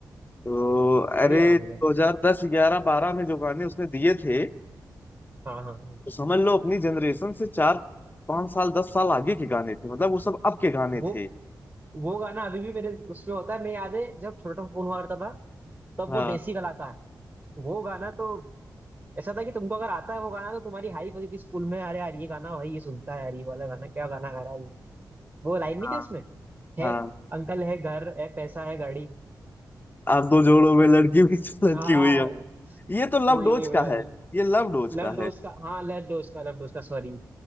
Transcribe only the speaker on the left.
तो
अरे
2010
11 12 में जो गाने उसने दिए थे
तो समझ लो अपनी जनरेशन से चार पांच साल दस साल आगे के गाने थे मतलब वो सब अब के गाने
थे
हाँ
हाँ
हाँ
आप दो जोड़ों में लड़की हुई तो लड़की
हुई हमने ये तो लव
डोज
का
है ये लव डोज
का
है